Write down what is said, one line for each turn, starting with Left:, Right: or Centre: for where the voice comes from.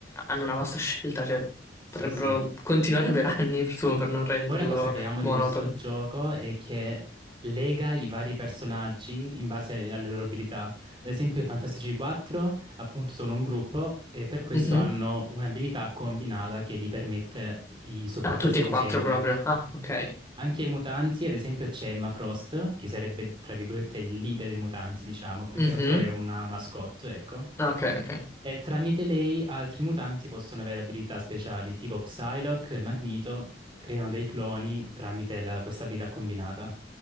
Left: hanno una vasta scelta, cioè,
Right: sì
Left: potrebbero
Right: sì.
Left: continuare per anni, presumo, per non renderlo
Right: Poi una cosa che amo
Left: monotono.
Right: di questo gioco è che lega i vari personaggi in base alle loro abilità. Ad esempio, i Fantastici 4 appunto sono un gruppo e per questo
Left: Mhm.
Right: hanno un'abilità combinata che gli permette di supportarsi
Left: Ah, tutti e
Right: a
Left: quattro
Right: vicenda.
Left: proprio. Ah,
Right: Sì.
Left: ok.
Right: Anche i mutanti, ad esempio, c'è Emma Frost, che sarebbe tra virgolette il leader dei mutanti, diciamo, più
Left: Mhm.
Right: che altro è una mascotte, ecco.
Left: Ok, ok.
Right: E tramite lei altri mutanti possono avere abilità speciali, tipo Psylocke e Magneto, creano dei cloni tramite la- questa abilità combinata.